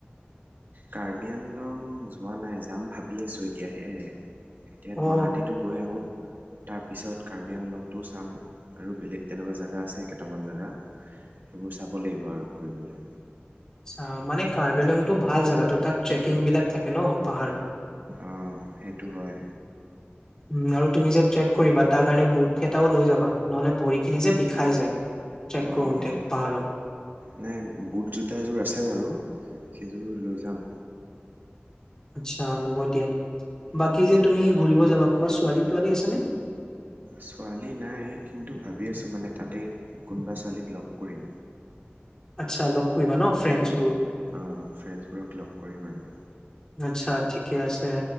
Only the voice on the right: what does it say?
কাৰ্বি আংলং যোৱা নাই যাম ভাবি আছোঁ এতিয়া সেইয়াই এতিয়া
গুৱাহাটীতো গৈ আহো তাৰ পিছত কাৰ্বি আংলংতটো চাম আৰু বেলেগ তেনেকুৱা জেগা আছে কেইটামান জেগা সেইবোৰ চ চাব লাগিব আৰু ঘূৰিবলৈ
অ সেইটো হয়।
অঁ
অঁ
নাই বুট জোতা এযোৰ আছে বাৰু সেইযোৰ লৈ যাম।
উম
ছোৱালী নাই কিন্তু ভাবি আছোঁ মানে তাতেই কোনোবা ছোৱালীক লগ কৰিম।
অ ফ্ৰেণ্ডছবোৰক লগ কৰিম আৰু